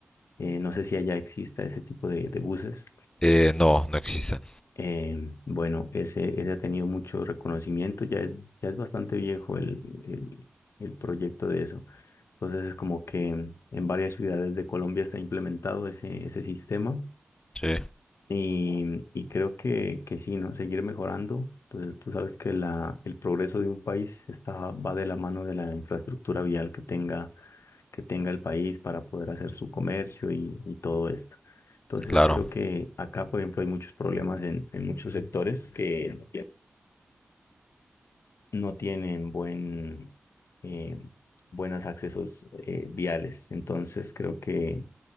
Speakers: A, on the left; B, on the left.
A: Eh, no sé si allá exista ese tipo de, de buses.
B: Eh, no, no existen.
A: Eh, bueno, ese, ese ha tenido mucho reconocimiento, ya es, ya es bastante viejo el, el, el proyecto de eso. Entonces es como que en varias ciudades de Colombia está implementado ese, ese sistema
B: Sí.
A: Y, y creo que, que sí, ¿no? Seguir mejorando. Pues, tú sabes que la, el progreso de un país está, va de la mano de la infraestructura vial que tenga, que tenga el país para poder hacer su comercio y, y todo esto. Entonces
B: Claro.
A: creo que acá, por ejemplo, hay muchos problemas en, en muchos sectores que no tienen no tienen buen, eh, buenos accesos eh, viales. Entonces creo que